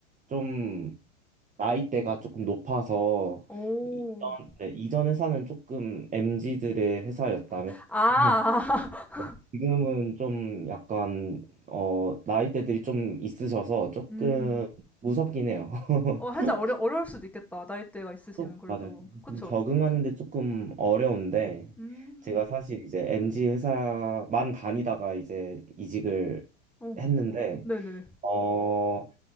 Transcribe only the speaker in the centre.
오.
아,
<laughs>
음.
어, 살짝
어려, 어려울 수도 있겠다. 나이대가 있으시면
그래도.
그쵸.
음.
오.
네네네. 네.